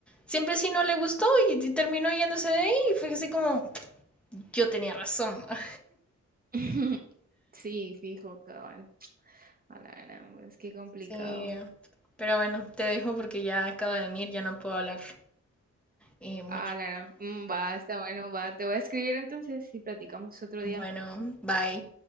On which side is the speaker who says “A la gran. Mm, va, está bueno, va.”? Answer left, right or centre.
Right